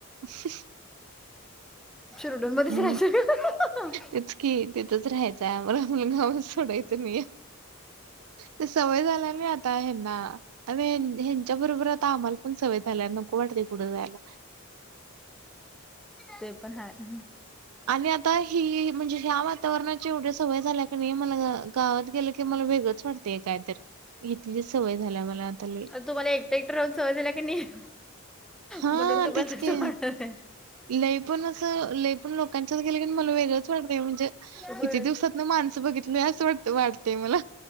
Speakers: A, on the right; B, in the centre.
A: <inaudible>
B: शिरडूनमध्येच राहायचं
A: मग
B: ग-
A: तेच की तिथंच राहायचं आहे आम्हला गावचं सोडायचं नाही आहे. ते सवय झाल्या नी आता ह्यांना आणि- ह्यांच्या बरोबर आता आम्हाला पण सवय झाल्या नको वाटते कुढं जायला.
B: ते पण हाय. <inaudible>
A: आणि आता ही म्हणजे ह्या वातावरणाची एवढी सवय झाल्या, की नाही मला गावात गेलं की मला वेगळचं मी वाटतंय काय तर इथलीचं सवय झाल्या मला आता लई.
B: तर तुम्हाला एकटं एकटं राहून सवज झाल्या की, नाही
A: हा
B: म्हणून तुम्हाला
A: तेच
B: तसं
A: की
B: वाटत आहे.
A: लई पण असं लई पण लोकांच्यात गेलं की नाही, मला वेगळंच वाटतं म्हणजे
B: होय
A: किती दिवसात न माणसं बघितल. लई असं हे वा वाटते मला